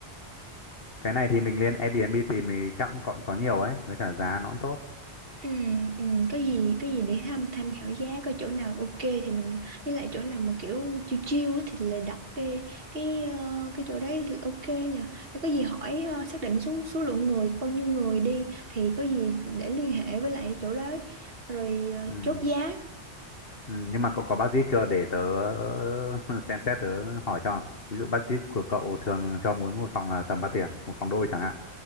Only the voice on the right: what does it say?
ừ, ừ, có gì có gì để tham tham khảo giá coi chỗ nào ok thì mình với lại chỗ nào mà kiểu chiêu chiêu thì lại đặt cái cái ờ, cái chỗ đấy thì ok nha. để có gì hỏi ờ, xác định số số lượng người bao nhiêu người đi thì có gì để liên hệ với lại chỗ đấy rồi ờ,
chốt giá.